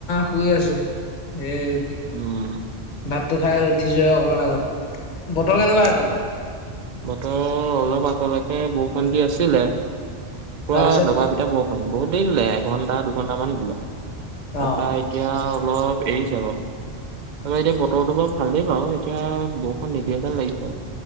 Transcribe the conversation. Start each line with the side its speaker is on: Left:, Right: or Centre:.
Left: শুই আছোঁ এই ভাত
Right: উম
Left: ভাতটো খাই উঠিছোঁৱ আৰু অকণমান আগত বতৰ
Right: উম
Left: কেনেকুৱা সেইফালে
Right: বতৰ অলপ আগলৈকে বৰষুণ দি আছিলে
Left: তাৰপিছত
Right: পোৰা দবা পিটা বৰষুণ বৰষুণ বহুত দেৰি দিলে এঘণ্টা দুঘণ্টামান দিলে তাৰপা
Left: অঁ
Right: এতিয়া অলপ এৰিছে আক এতিয়া বতৰটো বাৰু ভালেই বাৰু এতিয়া ব নিদিয়ে যেন লাগিছে